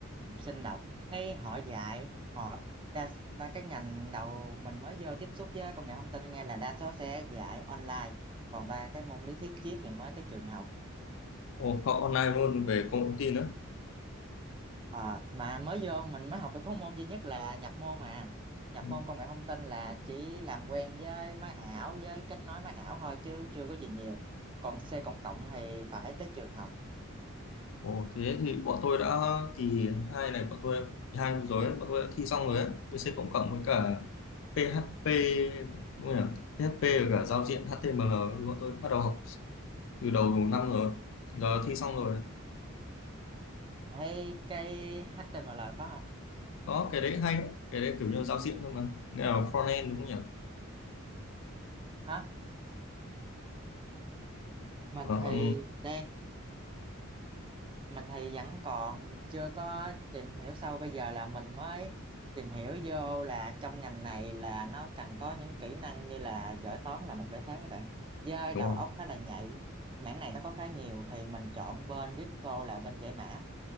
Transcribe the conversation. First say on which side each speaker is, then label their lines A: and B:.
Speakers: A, on the right; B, on the left.
A: học sinh đọc. Thấy họ dạy, họ đa, ba cái ngành đầu mình mới vô tiếp xúc với công nghệ thông tin nghe là đa số sẽ dạy online. Còn ba cái môn lý thuyết triết thì mới tới trường học.
B: Ồ, họ online luôn về công nghệ thông tin nữa
A: Ờ, mà mới vô mình mới học được có môn duy nhất là nhập môn mà. Nhập
B: Ừ.
A: môn công nghệ thông tin là chỉ làm quen với máy ảo, với kết nối máy ảo thôi chứ chưa có gì nhiều. Còn C cộng cộng thì phải tới trường học.
B: Ồ, thế thì bọn tôi đã kỳ hai này bọn tôi kỳ hai vừa rồi ấy, bọn tôi đã thi xong rồi ấy, VC cộng cộng với cả PHP đúng không nhỉ? PHP và cả giao diện HTML thì bọn tôi bắt đầu học từ đầu năm rồi giờ thi xong rồi
A: Thấy cái HTML có không?
B: có cái đấy hay cái đấy kiểu như giao diện thôi mà nghĩa là front end đúng không nhỉ
A: Hả? mình
B: Ờ,
A: thì
B: còn
A: đang mình thì vẫn còn chưa có tìm hiểu sâu bây giờ là mình mới tìm hiểu vô là trong ngành này là nó cần có những kỹ năng như là giỏi toán là một lợi thế các bạn với
B: đúng
A: đầu
B: không
A: óc khá là nhạy mảng này nó có khá nhiều thì mình chọn bên crypto là bên giải mã